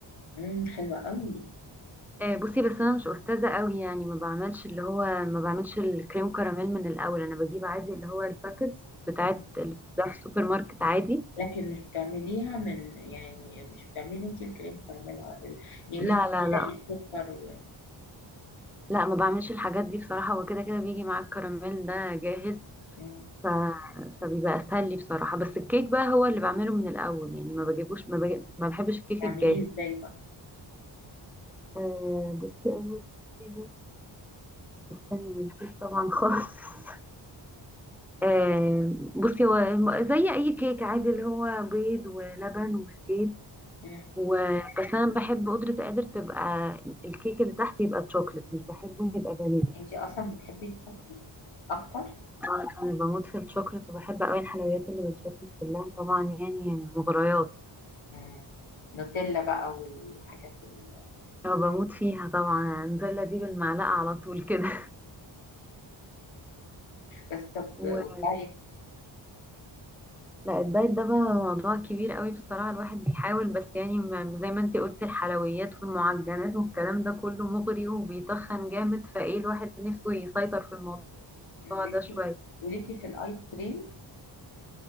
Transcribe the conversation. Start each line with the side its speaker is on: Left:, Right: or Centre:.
Left: مم، حلوة قوي
Centre: آه، بصي بس انا مش استاذه قوي يعني ما بعملش اللي هو ما بعملش الكريم كراميل من الاول انا بجيب عادي اللي هو الباكتس بتاعت
Left: مم.
Centre: اللي بتتباع في السوبر ماركت عادي
Left: لكن مش بتعمليها من يعني مش بتعملي انت الكريم كراميل عادل. يعني
Centre: لا
Left: مش بتحرقي
Centre: لا لا
Left: السكر و...
Centre: لا ما بعملش الحاجات دي بصراحه هو كده كده بيجي مع الكراميل ده جاهز
Left: مم.
Centre: ف... فبيبقى اسهل لي بصراحه بس الكيك بقى هو اللي بعمله من الاول يعني ما بجيبوش ما, بجيب... ما بحبش الكيك
Left: بتعمليه
Centre: الجاهز
Left: ازاي بقى؟
Centre: آه بصي اول حاجه استني أنا نسيت طبعا خالص <laughs> آه، بصي هو زي اي كيك عادي اللي هو بيض ولبن وزيت
Left: مم.
Centre: وبس انا بحب قدرة قادر تبقى الكيك اللي تحت يبقى تشوكلت مش بحبه يبقى فانيليا
Left: انت اصلا بتحبي الشوكولاتة اكتر؟
Centre: طبعاً انا بموت في الشوكلت وبحب قوي الحلويات اللي بالشوكلت كلها طبعا يعني مغريات
Left: مم. نوتيلا بقى والحاجات ال...
Centre: أنا بموت فيها طبعا النوتيلا دي بالمعلقة على طول كده
Left: بس طب
Centre: <laughs>
Left: والدايت
Centre: لا الدايت ده بقى موضوع كبير قوي بصراحة الواحد بيحاول بس يعني ما- زي ما انتي قلتي الحلويات والمعجنات والكلام ده كله مغري وبيتخن جامد فايه الواحد نفسه يسيطر في الموضوع
Left: مم. ليكي
Centre: ده شوية
Left: وليكي في الايس كريم